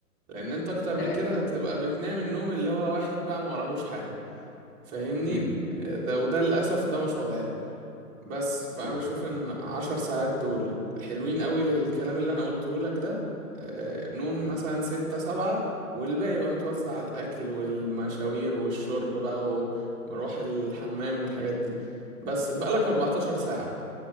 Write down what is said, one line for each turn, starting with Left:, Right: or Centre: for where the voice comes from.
Right: لان انت اكتر من
Left: تمام
Right: كده هتبقى بتنام النوم اللي هو واحد بقى ما وراهوش حاجة فاهمني
Left: مم،
Right: آه، ده وده للاسف ده مش وضعنا بس فأنا
Left: مم،
Right: بشوف إن عشر ساعات دول حلوين قوي للكلام اللي أنا قلته لك ده آه، نوم
Left: مم،
Right: مثلا ستة سبعة والباقي بقى متوزع على الأكل والمشاوير والشرب بقى ومروح الحمام والحاجات دي بس بقالك أربعتاشر ساعة